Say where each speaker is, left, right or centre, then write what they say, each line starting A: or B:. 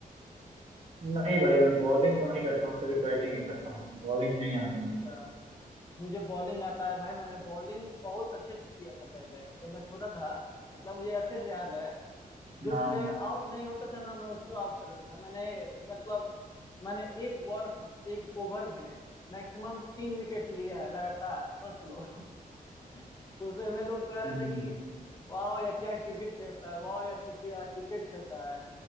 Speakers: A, on the right; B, on the left.
A: नहीं भाई मैं बॉलिंग तो नहीं करता हूँ सिर्फ बैटिंग ही करता हूँ बॉलिंग नहीं आती
B: अच्छा
A: मुझे
B: मुझे बॉलिंग आता है भाई मैंने बॉलिंग बहुत अच्छे से किया था पहले जब मैं छोटा था मतलब मुझे अच्छे से याद है जो
A: हाँ
B: प्लेयर आउट नहीं होता था ना मैं उसको आउट कर देता था मैंने मतलब मैंने एक बॉल एक ओवर में मैक्सिमम तीन विकेट लिया है लगातार सोच लो <laughs> उस समय लोग कह रहे
A: हम्म,
B: थे कि वाह या क्या क्रिकेट खेलता है वाह या क्रिकेट क्रिकेट खेलता है